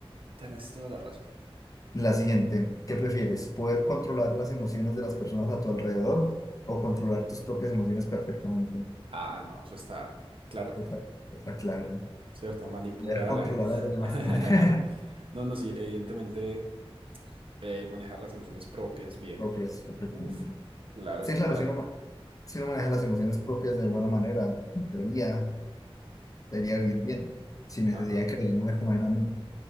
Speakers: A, on the right; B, on the left.
A: Tenés toda la razón.
B: La siguiente, ¿qué prefieres? ¿Poder controlar las emociones de las personas a tu alrededor o controlar tus propias emociones perfectamente?
A: Ah, no, eso está claro,
B: Otra, otra clara.
A: ¿cierto? Manipular
B: Poder
A: a
B: controlar
A: la gente.
B: a los demás.
A: <laughs>
B: <laughs>
A: No, no, sí, evidentemente eh, manejar las emociones propias bien.
B: propias, perfectamente.
A: Uf, claro,
B: Sí,
A: es que
B: claro,
A: para...
B: si uno, ma- si uno maneja las emociones propias de buena manera, en teoría, debería vivir bien, sin necesidad
A: Ajá.
B: de que los demás me coman a mí,